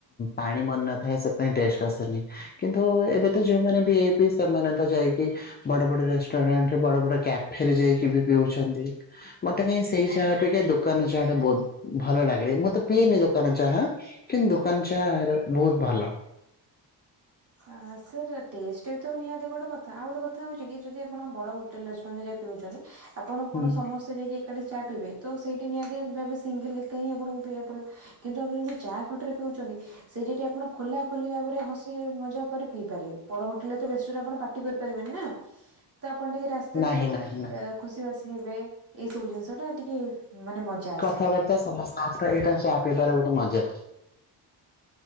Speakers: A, on the left (about 25°); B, on the right (about 35°).
A: ପାଣି ମରି ନଥାଏ ସେଥିପାଇଁ ଟେଷ୍ଟ ଆସେନି କିନ୍ତୁ ଏବେ ତ ଯୋଉମାନେ। ଭି ଆଇ ପି ସେମାନେ‌ ତ ଯାଇକି ବଡ ବଡ ରେଷ୍ଟୁରାଣ୍ଟ ବଡ ବଡ କ୍ୟାଫେ ରେ ଯାଇକି ବି ପିଉଛନ୍ତି। <unintelligible> ମତେ କାଇଁ ସେଇ ଚାଆ ଅପେକ୍ଷା ଦୋକାନ ଚାହା ଟା ବହୁତ ଭଲ ଲାଗେ ମୁଁ ତ ପିଇନି ଦୋକାନ ଦୋକାନ ଚାହା କିନ୍ତୁ ଦୋକାନ ଚା ବହୁତ ଭଲ।
B: ଆଁ ସାର୍ ଟେଷ୍ଟ ବି ତ ନିହାତି ଗୋଟେ କଥା ଆଉ ଗୋଟେ କଥା ହଉଚିକି ଯଦି ଆପଣ ବଡ ହୋଟେଲ ରେଷ୍ଟୁରାଣ୍ଟ ଯାଇ ପିଉଚନ୍ତି ଆପଣ କଣ
A: ହୁଁ
B: ସମସ୍ତେ ଯାଇକି ଏକାଠି ଚା ପିିବେ ତ ସେଇଠି ନିହାତି <unintelligible> ସିଙ୍ଗଲ ଏକା ହିଁ ଆପଣଙ୍କୁ ପିଇବାକୁ ପଡିବ କିନ୍ତୁ ଆପଣ ଯଦି ଚା ଖଟରେ ପିଉଚନ୍ତି ସେଇଟି ଟି ଆପଣ ଖୋଲା ଖୋଲି ଭାବରେ ହସି ମଜା କରି ପିଇ ପାରିବେ ବଡ ହୋଟେଲରେତ ବେଶୀ ଜୋରେ ଆପଣ ପାଟି କରି ପାରିବେନି ନା ତ ଆପଣ ଟିକେ ରାସ୍ତା
A: ନାହିଁ
B: କଡରେ
A: ନାହିଁ ନା
B: ଖୁସି ବାସି ହେବେ ଏଇ ସବୁ ଜିନିଷ ଟା ଟିକେ ମାନେ ମଜା ଆସେ
A: କଥାବାର୍ତ୍ତା ସମ <unintelligible> ଏଇଟା ଚା ପିଇବାର ଗୋଟେ ମଜା।